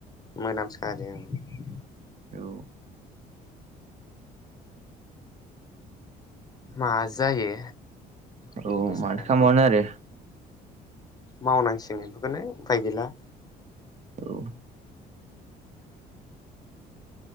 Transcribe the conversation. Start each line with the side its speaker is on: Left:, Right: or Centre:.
Left: मोनामसखा आरो आ।
Right: औ।
Left: मा जायो बिजनेसफोराथ'।
Right: औ माथो खालामबावनो आरो
Left: मावनांसिगोन बेखौनो उफाय गैला।
Right: औ।